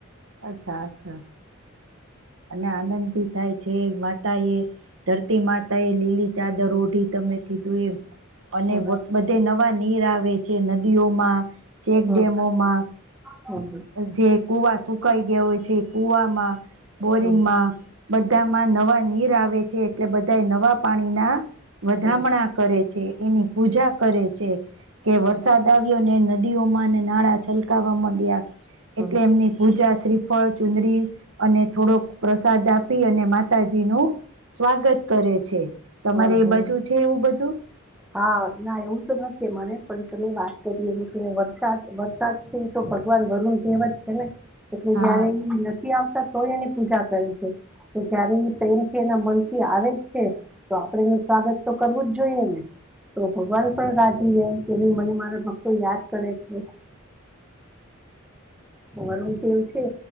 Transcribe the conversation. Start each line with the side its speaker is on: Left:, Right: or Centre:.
Right: અચ્છા અચ્છા અને આનંદ ભી થાય છે માતા એ ધરતી માતા એ લીલી ચાદર ઓઢી તમે કીધું એમ અને
Centre: હમ
Right: બધે નવા નીર આવે છે નદીઓમાં ચેકડેમોમાં
Centre: હમ હમ
Right: જે કુવા સુકાઈ ગયા હોય છે કુવામાં બોરિંગમાં
Centre: હમ
Right: બધામાં નવા નીર આવે છે એટલે બધા નવા પાણીના વધામણા
Centre: હમ હમ હમ
Right: કરે છે એની પૂજા કરે છે કે વરસાદ
Centre: હમ હમ
Right: આવ્યો ને નદીઓમાં અને નાળં છલકાવા માંડ્યા
Centre: હમ
Right: એટલે
Centre: હમ હમ
Right: એમની પૂજા શ્રીફળ ચુંદડી અને થોડોક પ્રસાદ આપી અને માતાજી નું સ્વાગત કરે છે તમારે
Centre: ઓહ
Right: એ બાજુ છે એવું બધું
Centre: હા ના એવું તો નથી મને પણછ તમે વાત કરીએ મ વરસાદ વરસાદ છે એ તો ભગવાન વરુણ દેવ જ છે ને એટલે
Right: હા
Centre: જયારે <unintelligible> નથી આવતા તો એની પૂજા કરે છે કે જયારે એ પ્રેમ થી એના મન થી આવે જ છે. તો આપણે એનું સ્વાગત તો કરવું જ જોઈએ ને. તો ભગવાન પણ રાજી રહેે કે ભાઈ મને મારા ભક્તો યાદ કરે છે. <inaudible> વરુણદેવ છે